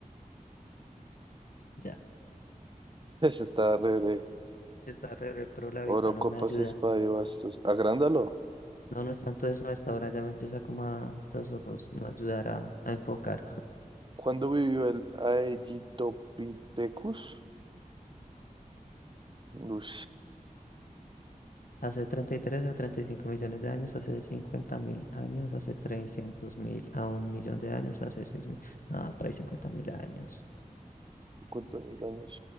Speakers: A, on the left; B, on the right.
A: Ya.
B: <laughs> Ese está re, re.
A: Está re, re, pero la
B: Oro,
A: vista no
B: copas,
A: me ayuda.
B: espada y bastos. Agrándalo.
A: No, no es tanto eso, a esta hora ya me empieza como a los ojos no ayudar a, a enfocar.
B: ¿Cuándo vivió el Aegyptopithecus? Uy,
A: Hace 33 a 35 millones de años, hace cincuenta mil años, hace trescientos mil a un millón de años, hace seis mil, ah, por ahí cincuenta mil años.
B: cincuenta mil años.